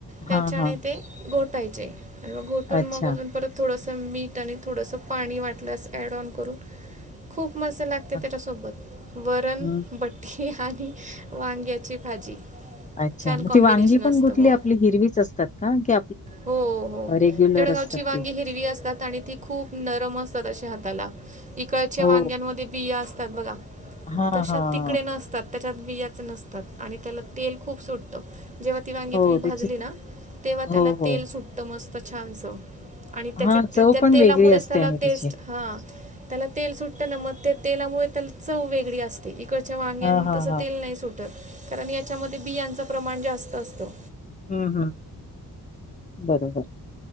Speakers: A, on the right; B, on the left.
A: त्याच्याने
B: हां, हां.
A: ते घोटायचे आणि मग घोटून
B: अच्छा.
A: मग अजून परत थोड मीठ आणि थोडंसं पाणी वाटल्यास ॲड ऑन करून खूप मस्त लागते
B: हां.
A: त्याच्यासोबत वरण
B: हं.
A: भट्टी आणि वांग्याची भाजी
B: अच्छा
A: छान
B: मग
A: कॉम्बिनेशन
B: ती वांगी
A: असतं
B: पण कुठली
A: हो
B: आपली हिरवीच असतात का की..
A: हो हो
B: रेग्युलर
A: जळगावची
B: असतात
A: वांगी
B: ती?
A: हिरवी असतात आणि ती खूप नरम असतात अे ह... इकडच्या
B: हो.
A: वांग्यांमध्ये बिया असतात बघ
B: हां,
A: तसे
B: हां, हां.
A: तिकडे नसतात... त्याच्यात बियाच नसतात आणि त्याला तेल खूप सुटतं.. जेव्हा ती वांगी
B: हो
A: तुम्ही
B: त्याची
A: भाजली ना तेव्हा त्याला
B: हो, हो.
A: तेल सुटत मस्त छानच.. आणि
B: हां,
A: त्याच्या
B: चव
A: त्या
B: पण
A: तेलामुळेच
B: वेगळी असते
A: त्याला
B: आणि
A: टेस्ट
B: त्याची.
A: हा त्याला तेल सुटत ना मग ते.. तेलामुळे त्याला चव वेगळी असते इकड... च्या वांग्यां
B: हां, हां,
A: तस
B: हां.
A: तेल नाही सुटत कारण याच्यामध्ये बियाच प्रमाण जास्त असतो
B: हम्म हम्म बरोबर